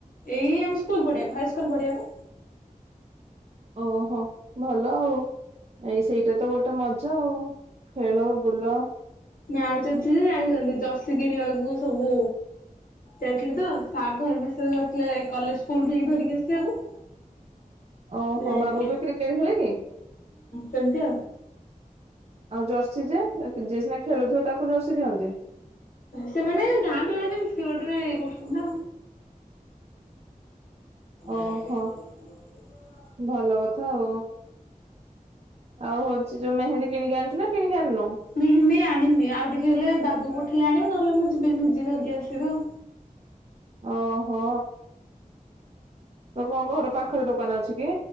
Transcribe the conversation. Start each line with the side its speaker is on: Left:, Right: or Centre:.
Left: ଏଇ ଆମ ସ୍କୁଲ ପଢିବାକୁ ହାଇ ସ୍କୁଲ ପଢଆକୁ
Right: ଓହୋ ଭଲ ଆଉ। ଏଇ ସେଇଟା ତ ଗୋଟେ ଗଟେ ମଜା ଆଉ ଖେଳ ବୁଲ
Left: ମ୍ୟାଚ ଅଛି ଯାଇଛନ୍ତି ଚର୍ଷି କିଣିବାକୁ ସବୁ ଯାଇଥିଲେ ତ ସାର୍ ଘର ମିଶ ଯଥିଲେ କଲେ ସ୍କୁଲ ଧରିକି ଆସିବାକୁ
Right: ଓହୋ
Left: ଯାଇଥିଲେ
Right: ବାବୁ ବି କ୍ରିକେଟ ଖେଳିକ
Left: ସନ୍ଧ୍ୟା
Right: ଆଉ ଜର୍ସି ଯେ ଯ ସିନା ଖେଳୁଥିବ ତାକୁ ଜର୍ସି ଦିଅନ୍ତି।
Left: ସେମାନେ ଗାଁ ପିଲା ହେ ସେ ଗୋଟରେ ଇଏ କରୁଛନ୍ତି ନା
Right: ଓହୋ
Left: ଆଉ <inaudible>
Right: ଭଲ କଥା ଆଉ ଆଉ ହଉଛି ଯୋଉ ମେହେନ୍ଦୀ କିଣିକି ଆଣିଛୁ ନା କିଣିକି ଆଣିନୁ
Left: ମେହେନ୍ଦୀ ଆଣିନି ଆଉ ଟିକେ ହେଲେ ବାବୁ ଗୋଟେ ଦେଖିଲା ଆଣିବ ନହେଲେ ମୁଁ ଯିବ ନିଜେ ଧରିକି ଆସିବି ଆଉ
Right: ଓହୋ ତୋ କଣ ଘର ପାଖରେ ଦୋକାନ ଅଛି କି?